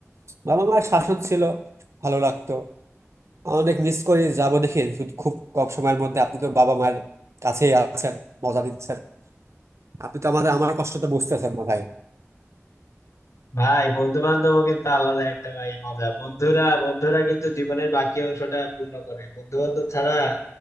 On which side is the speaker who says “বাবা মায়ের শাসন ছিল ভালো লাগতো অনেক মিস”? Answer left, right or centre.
Right